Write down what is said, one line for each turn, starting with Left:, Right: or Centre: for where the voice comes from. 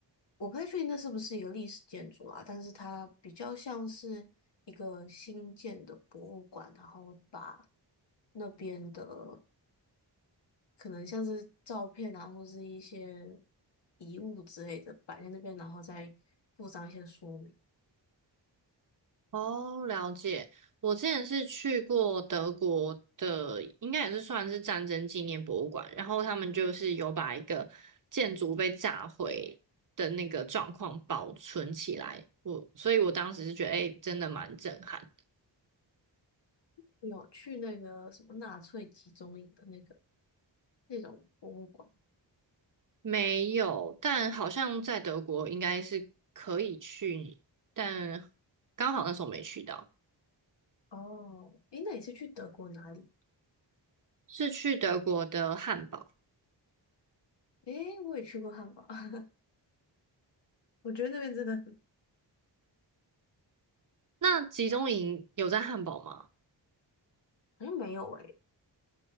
Left: 我不太确定那是不是一个历史建筑啊，但是它比较像是一个新建的博物馆，然后把那边的可能像是照片啊，或是一些遗物之类的摆在那边，然后再附上一些说明。
Right: 哦，了解。我之前是去过德国的，应该也是算是战争纪念博物馆，然后他们就是有把一个建筑被炸毁的那个状况保存起来。我，所以我当时是觉得，哎、真的蛮震撼。
Left: 你有去那个什么纳粹集中营的那个那种博物馆？
Right: 没有，但好像在德国应该是可以去，但刚好那时候没去到，
Left: 哦，诶，那你是去德国哪里？
Right: 是去德国的汉堡。
Left: 诶，我也去过汉堡，<laughs> 我觉得那边真的很，
Right: 那集中营有在汉堡吗？
Left: 好像没有诶。